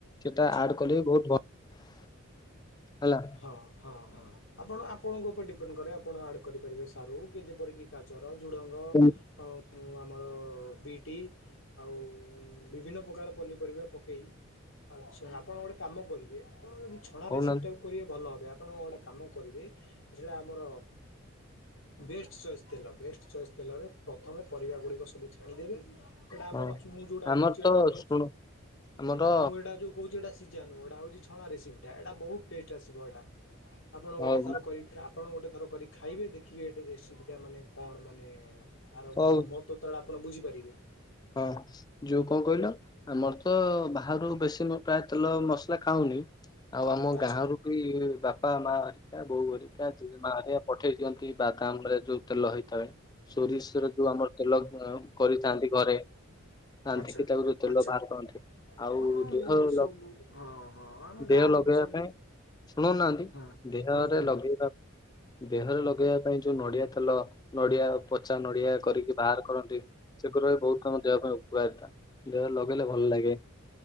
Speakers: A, on the left; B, on the left.
A: ସେଟା
B: ଆଚ୍ଛା
A: ଆଡ କଲେ ବି ବହୁତ ଭଲ। ହେଲା
B: ହଁ ହଁ ହଁ। ଆପଣ ଆପଣଙ୍କ ଉପରେ ଡିପେଣ୍ଡ କରେ ଆପଣ ଆଡ କରିପାରିବେ ସାରୁ କି ଯେପରିକି ଗାଜର। ଜୁଡ଼ଙ୍ଗ
A: ହଁ
B: ଅ ଆମର ବିଟ୍ ଆଉ ବିଭିନ୍ନ ପ୍ରକାର ପନିପରିବା ପକେଇ। ଆଚ୍ଛା ଆପଣ ଗୋଟେ କାମ କରିବେ। <unintelligible> ଆପଣ ଯଦି ଛଣା
A: କହୁନାହାନ୍ତି
B: ରେସିପିଟାକୁ। ଭଲ ହେବେ ଆପଣ ଗୋଟେ କାମ କରିବେ ଜୋ ଆମର ବେଷ୍ଟ ଚଏସ୍ ତେଲ ବେଷ୍ଟ ଚଏସ୍ ତେଲରେ ପ୍ରଥମେ ପରିବା ଗୁଡିକସବୁ। ଛାଣିଦେବେ ଏଇଟା ଆପଣ
A: ହଁ।
B: ମୁଁ ଯୋଉଟା
A: ଆମର
B: କହୁଛି ଏଇଟା
A: ତ
B: ହଉଚି
A: ଶୁଣ ଆମର
B: ମୁଁ ଏଇଟା ଯୋଉ କହୁଛି ସିଜା ନୁହଁ। ଏଟା ହଉଛି ଛଣା ରେସିପଟା ଏଟା ବହୁତ୍। ଟେଷ୍ଟ ଆସିବ ଏଟା। ଆପଣ ଗୋଟେ
A: ହଉ
B: ଥର କରିକି ଖା ଆପଣ ଗୋଟେ ଥର କରିକି। ଖାଇବେ ଦେଖି କିଏ ଟେ ରେସିପି ଟା କଣ ମାନେ। ହଁ। ଆରମ
A: ହଉ
B: ମହତ୍ୱ ଟା ଆପଣ ବୁଝିପାରିବେ।
A: ହଁ ଯୋଉ କଣ କହିଲ ଆମର ତ ବାହାରୁ ବେଶୀ ମୁଁ ପ୍ରାୟ ତେଲ ମସଲା ଖାଉନି। ଆଉ ଆମ
B: ଆଚ୍ଛା।
A: ଗାଁରୁ ବି ବାପା ମା ହରିକା ବୋଉ ହରିକା ଜେଜେମା ହରିକା ପଠେଇ ଦିଅନ୍ତି ବାଦାମ ରେ ଯୋଉ। ତେଲ ହେଇଥାଏ ସୋରିଷରେ ଯୋଉ ଆମର। ତେଲ ଅ କରିଥାନ୍ତି। ଘରେ ଖାଆନ୍ତି
B: ଆଚ୍ଛା
A: କି ତାକୁ ଯୋଉ ତେଲ
B: ଆଚ୍ଛା
A: ବାହାର କରନ୍ତି ଆଉ
B: ହଁ
A: ଦେହ
B: ମୁଁ ସବୁ
A: ଲଗେ
B: ହଁ ହଁ ଆମ
A: ଦେହରେ
B: ଗାଁରେ
A: ଲଗେଇବା
B: ବି ସବୁ
A: ପାଇଁ ଶୁଣୁନାହାନ୍ତି
B: ହଁ
A: ଦେହରେ
B: ହଁ କୁହନ୍ତୁ
A: ଲଗେଇବା ପାଇଁ ଦେହରେ ଲଗେଇବା ପାଇଁ ଯୋ ଯୋଉ ନଡିଆ ତେଲ ନଡିଆ। ପଚା ନଡିଆ କରିକି ବାହାର କରନ୍ତି ସେଗୁରା। କଣ ଦେହ ଖରାପ କୁଆ ହେଇଥିଲା ଦେହ ଲଗେଇଲେ ଭଲ ଲାଗେ